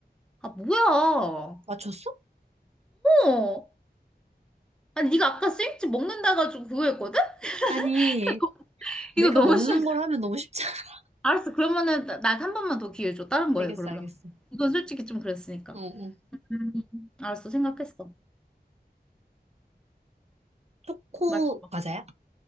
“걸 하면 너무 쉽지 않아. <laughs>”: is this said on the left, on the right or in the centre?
Right